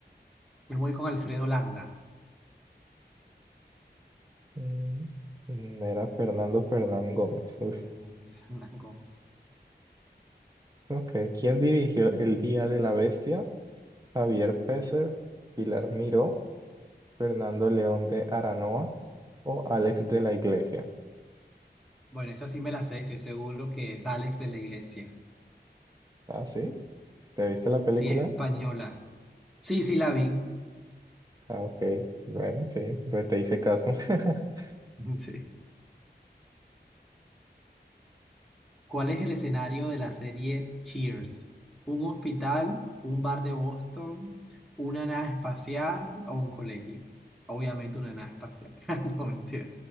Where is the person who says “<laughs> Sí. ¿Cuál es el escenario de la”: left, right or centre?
Centre